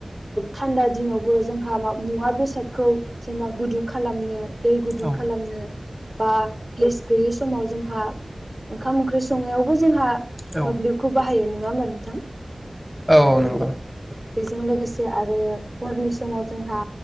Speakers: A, on the right; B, in the centre.
A: थान्दा दिनावबो जोंहा मुवा बेसादखौ जेनेबा गुदुं खालामनो। दै गुदुं
B: औ नंगौ औ
A: खालामनो बा गेस गैयै समाव जों जोंहा ओंखाम ओंख्रि संनायावबो जोंहा
B: औ
A: मोब्लिबखौ बाहायो नङामोन। थां
B: औ औ नंगौ
A: बेजों लोगोसे आरो हरनि समाव जोंहा